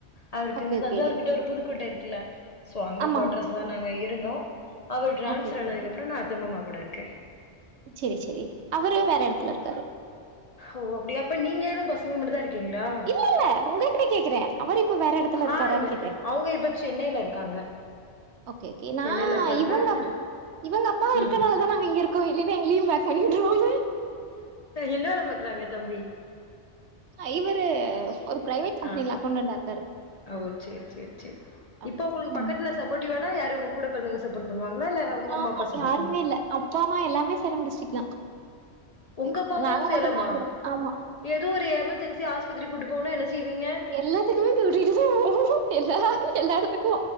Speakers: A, on the left; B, on the right.
A: அவருக்கு
B: ஓகே
A: இந்த
B: ஓகே
A: தஞ்சாவூர் கிட்ட ஒரு புதுக்கோட்ட இருக்குல்ல சோ அங்க
B: ஆமா
A: கோட்ரஸ் தா நாங்க இருந்தோ அவர் டிரான்ஸ்பர்
B: ஓகே ஓகே
A: ஆனதுக்கு அப்பற நா அத்தா மாமா கூட இருக்க
B: சரி சரி அவரு வேற எடத்துல இரு
A: ஓ அப்டியா அப்ப நீங்க ஏன்னு பசங்க மட்டுதா இருக்கீங்களா
B: இல்ல இல்ல உங்ககிட்ட கேக்குற அவரு இப்ப வேற இடத்துல இருக்காரன்னு
A: ஆ இல்ல
B: கேட்ட
A: அவங்க இப்ப சென்னையில இருக்காங்க
B: ஓகே கே நா
A: சென்னையில இருக்காங்க
B: இவங்க
A: ஆனா
B: இவங்க அப்பா
A: ம்
B: இருக்கனாலதா நாங்க இங்க இருக் கோ இல்லன எங்களையு பேக் பண்ணி வுட்ருவாங்க
A: என்ன வேல பாக்குறாங்க தம்பி
B: அ இவரு ஒரு பிரைவேட் கம்பெனில
A: ஆ
B: அக்கௌண்டன்ட்டா இருக்காரு
A: ஓ சேரி சேரி சேரி
B: ஓகே
A: இப்ப உங்களுக்கு
B: ம்
A: பக்கத்துல சப்போட்டிவானா யாரு உங்க கூடப் பிறந்தவங்க சப்போர்ட் பண்ணுவாங்களா இல்ல உங்க
B: அ
A: அம்மா அப்பா சப்போர்ட்
B: யாருமே
A: பண்ணு
B: இல்ல அப்பா அம்மா எல்லாமே சேலம் டிஸ்ட்ரிக்குதா
A: உங்க
B: அ
A: அப்பா அம்மாவு
B: நாங்க
A: சேலமா
B: மட்டும்தா இங்க இருக் ஆமா
A: ஏதோ ஒரு எமர்ஜென்சி ஆஸ்பத்திரி கூட்டு போவ்னு என்ன செய்வீங்க
B: எல்லாத்துக்குமே கூட்டிட்டுதா போவோ எல்லாமே எல்லா எடத்துக்கு